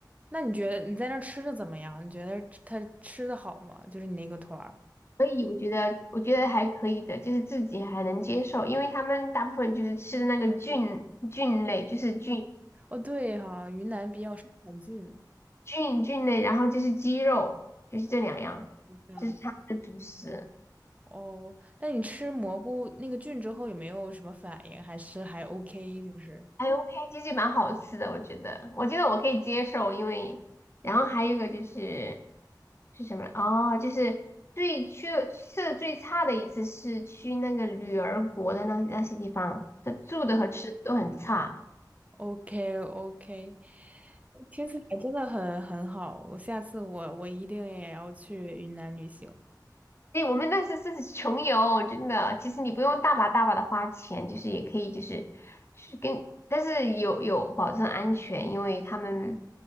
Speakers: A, on the right; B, on the left.
A: 那你觉得你在那儿吃的怎么样？你觉得他吃的好吗？就是你那个团儿。
B: 所以我觉得，我觉得还可以的，就是自己还能接受，因为他们大部分就是吃的那个菌菌类，就是菌
A: 哦，对哈，云南比较生产菌，
B: 菌菌类，然后就是鸡肉，就是这两样，
A: 这样。
B: 这是他们的主食。
A: 哦，那你吃蘑菇那个菌之后有没有什么反应？还是还 OK？就是。
B: 哎，OK，其实蛮好吃的，我觉得，我觉得我可以接受，因为，然后还有一个就是是什么？哦，就是最去吃的最差的一次是去那个女儿国的那那些地方，这住的和吃的都很差。
A: o k o k 听起来真的很很好，我下次我我一定也要去云南旅行。
B: 对，我们那是是穷游，真的。其实你不用大把大把的花钱，就是也可以，就是是跟，但是有有保证安全，因为他们